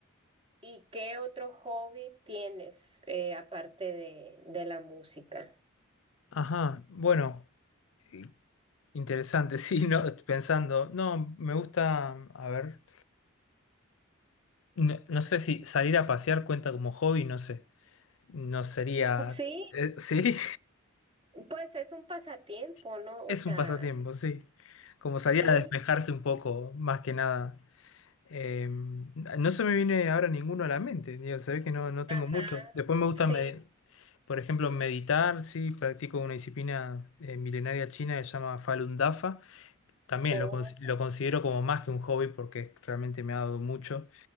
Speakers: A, on the right; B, on the left.
A: ¿Y qué otro hobby tienes eh, aparte de, de la música?
B: ajá, bueno, eh, interesante, <laughs> sí, no, pensando, no, me gusta, a ver, no, no sé si salir a pasear cuenta como hobby, no sé. No sería...
A: Sí,
B: eh, sí,
A: pues es un pasatiempo,
B: <laughs>
A: ¿no?
B: es
A: O sea,
B: un pasatiempo, sí. Como salir
A: sí.
B: a despejarse un poco, más que nada. Eh, no se me viene ahora ninguno a la mente. Digo, se ve que no, no tengo
A: Ajá,
B: muchos. Después me gusta,
A: sí,
B: me- por ejemplo, meditar, sí. Practico una disciplina eh, milenaria china que se llama Falun Dafa. También
A: o,
B: lo, cons- lo considero como más que un hobby porque es- realmente me ha dado mucho.